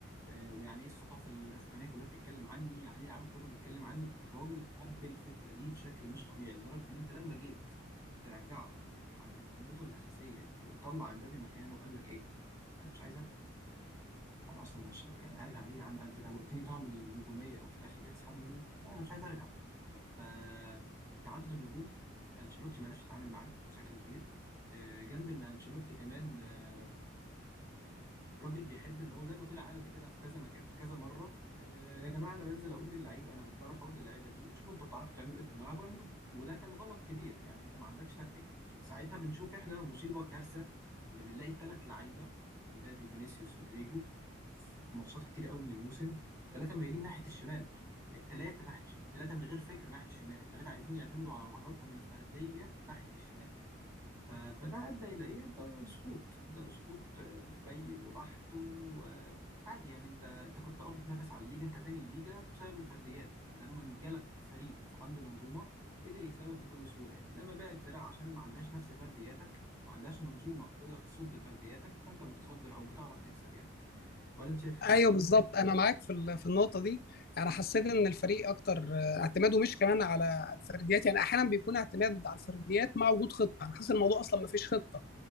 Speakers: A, on the right; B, on the left.
A: آه، ويعني ايه الصحف الاسبانية كلها بتتكلم عني يعني ايه العالم كله بيتكلم عني الراجل حب الفكرة دي بشكل مش طبيعي لدرجة ان انت لما جيت ترجعه عند مهمته الأساسية وتطلع امبابي مكانه قال لك ايه انا مش عايز ارجع انا اصلا مش يعني ارجع ليه يا عم انت دوقتني طعم النجوميه وفي الاخر جاي تسحبه مني لا انا مش عايز ارجع فتعدد النجوم انشيلوتي ما عرفش يتعامل معاه بشكل كبير آه، جنب ان انشيلوتي كمان آه، راجل بيحب ان هو زي ما طلع قال قبل كده في كذا مكان في كذا مره آه، يا جماعه انا بنزل اقول للعيب انا بروح اقول للعيبه دي شوفوا انتوا بتعرفوا تعملوا ايه في الملعب واعملوه وده كان غلط كبير يعني انت ما عندكش تكتيك ساعتها بنشوف احنا مصيبه كارثه ان بنلاقي الثلاث لعيبه مبابي فينيسيوس رودريجو في ماتشات كتير قوي من الموسم الثلاثه مايلين ناحيه الشمال الثلاثه ناحيه الشمال الثلاثه من غير فكر ناحيه الشمال الثلاثه عايزين يعتمدوا على مهاراتهم الفرديه ناحيه الشمال ف- فده ادى الى ايه؟ ادى لسقوط ادى لسقوط آه، بين وبحت وعادي يعني انت انت كنت اه بتنافس على الليجا انت تاني الليجا بسبب الفرديات يعني لما جالك فريق عنده منظومه قدر يكسبك بكل سهوله يعني انما باقي الفرق عشان ما عندهاش نفس فردياتك وما عندهاش منظومه تقدر تصد فردياتك فانت متصدر او بتعرف تكسب يعني ولا انت شايف إيه في الموضوع
B: ايوه
A: ده؟
B: بالظبط انا معاك في ال- في النقطه دي انا حسيت ان الفريق اكتر آه، اعتماده مش كمان على الفرديات يعني احيانا بيكون اعتماد على الفرديات مع وجود خطه انا حاسس الموضوع اصلا ما فيش خطه